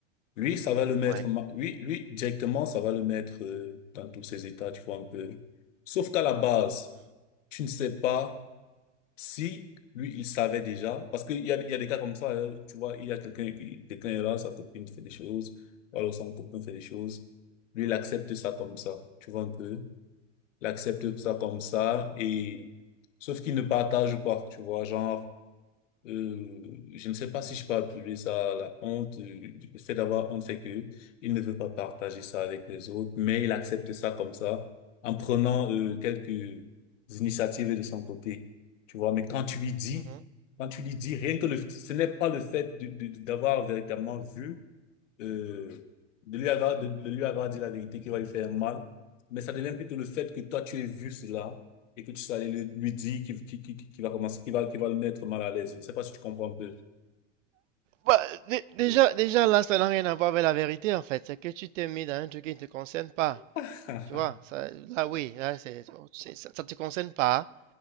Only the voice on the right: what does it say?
Ouais.
Mhm,
mhm,
mhm.
Bah, dé- déjà, déjà là, ça n'a rien à voir avec la vérité en fait. C'est que tu t'es mis dans un truc qui ne te concerne pas.
Tu vois, ça, là oui, là, c'est, c'est- ça ne te concerne pas.